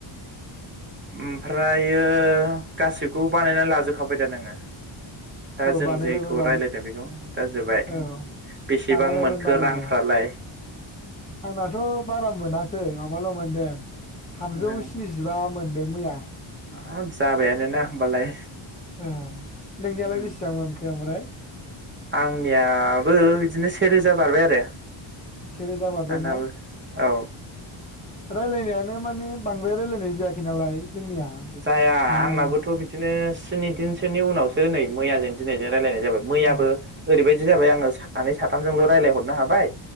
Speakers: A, on the right (about 20°); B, on the left (about 15°).
A: ओमफ्रायो गासिखौबो बानायना लाजोबखाबाय दा नोङो? दा जों
B: बानायबायमोन
A: जेखौ
B: बानाय
A: राय्लायदों बेखौ दा जोबाय
B: औ
A: बेसेबां
B: बानायबायमोन
A: मोनखो
B: बानायनाया
A: रांफ्रालाय?
B: आंनाथ बारा मोनाखै माबाल मोनदों। थामजौ
A: उम
B: स्निजिबा मोनदों मैया।
A: हाब जाबायानो ना होमबालाय
B: ओ नोंनियालाय
A: उम
B: बेसेबां मोनखो ओमफ्राय?
A: आंनियाबो बिदिनो से रोजा बारबाय आरो।
B: से रोजा बारबाय
A: आंनाबो
B: ना?
A: औ
B: रायलायनायानो माने बांद्राय रायलायनाय जायाखै नालाय। जोंनिया
A: जाया
B: ओंखायनो
A: आंनाबोथ बिदिनो स्नि दिनसोनि उनावसो नै मैयाजों दिनायजों रायलायनाय जाबाय मैयाबो
B: औ
A: ओैरैबायदि बिदि जाबाय आङो सानै साथामजोंल राय्लाय हरनो हाबाय।